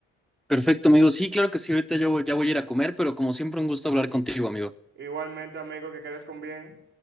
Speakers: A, in the centre; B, on the right (about 80°).
A: Perfecto, amigo. Sí, claro que sí, ahorita yo voy- ya voy a ir a comer, pero como siempre un gusto hablar contigo, amigo.
B: Igualmente, amigo, que quedes con bien.